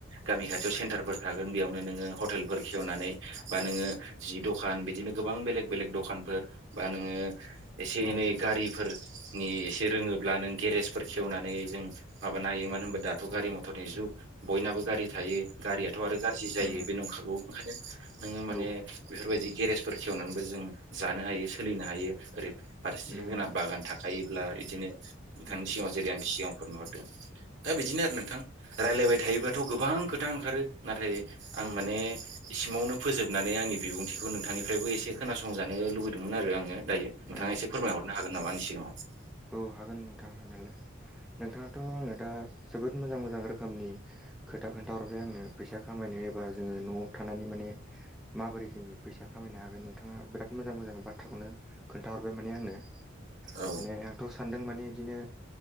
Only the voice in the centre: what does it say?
औ उम
उम
औ
उम
उम
औ
औ
ओ
औ हागोन नोंथां हानायालाय नोंथाङाथ' आङो दा जोबोद मोजां मोजां रोखोमनि खोथा खोन्थाहरबाय आंनो फैसा खामायनो एबा जोङो न'आव थानानै माने माबोरै जोङो फैसा खामायनो हागोन नोंथाङा बिराद मोजां मोजां बाथ्राखौनो खोन्थाहरबाय माने आंनो
माने थ' सानदों माने बिदिनो